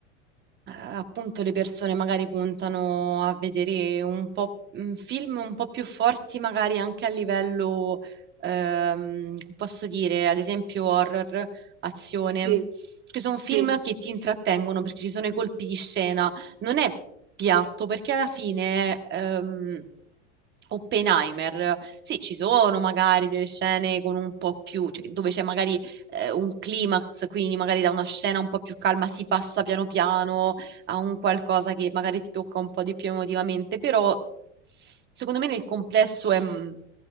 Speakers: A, on the right; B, on the right.
A: eh, appunto le persone magari puntano a vedere un po' mm, film un po' più forti, magari anche a livello, ehm, come posso dire, ad esempio horror, azione,
B: Sì,
A: perché sono
B: sì,
A: film
B: è
A: che ti intrattengono, perché ci sono i colpi di scena, non è piatto, perché alla fine... ehm, Oppenheimer, sì, ci sono magari delle scene con un po' più, cioè, dove c'è magari eh, un climax, quindi magari da una scena un po' più calma si passa piano piano a un qualcosa che magari ti tocca un po' di più emotivamente, però secondo me nel complesso è, mm,